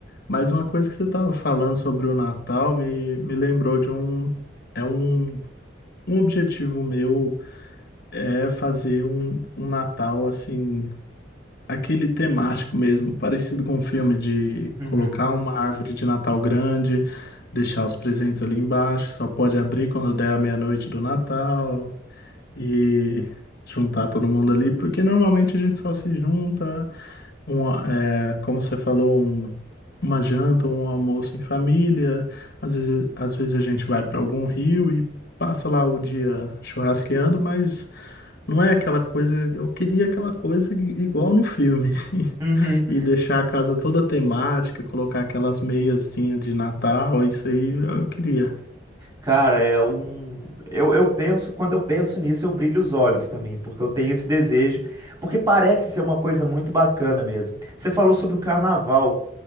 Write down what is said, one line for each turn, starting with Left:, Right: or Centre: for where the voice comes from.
Left: Mas uma coisa que você estava falando sobre o Natal me, me lembrou de um, é um, um objetivo meu é fazer um, um Natal assim, aquele temático mesmo, parecido com um filme de
Right: Uhum.
Left: colocar uma árvore de Natal grande, deixar os presentes ali embaixo, só pode abrir quando der a meia-noite do Natal e juntar todo mundo ali, porque normalmente a gente só se junta uma, é, como você falou, um, uma janta ou um almoço em família. Às vezes, às vezes a gente vai para algum rio e passa lá o dia churrasqueando, mas não é aquela coisa. Eu queria aquela coisa i- igual no filme. <laughs>
Right: Uhum.
Left: E deixar a casa toda temática, colocar aquelas meiazinhas de Natal, isso aí eu queria.
Right: Cara, é um. Eu, eu penso, quando eu penso nisso, eu brilho os olhos também, porque eu tenho esse desejo, porque parece ser uma coisa muito bacana mesmo. Você falou sobre o carnaval.